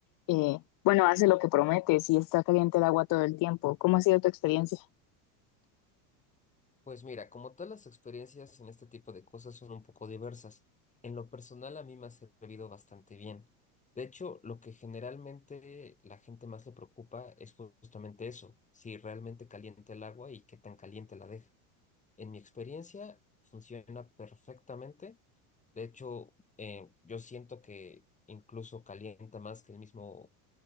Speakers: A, on the left; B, on the left.
A: eh, bueno, hace lo que promete, si está caliente el agua todo el tiempo. ¿Cómo ha sido tu experiencia?
B: Pues mira, como todas las experiencias en este tipo de cosas son un poco diversas, en lo personal a mí me ha servido bastante bien. De hecho, lo que generalmente la gente más le preocupa es justamente eso, si realmente calienta el agua y qué tan caliente la deja. En mi experiencia funciona perfectamente. De hecho, eh, yo siento que incluso calienta más que el mismo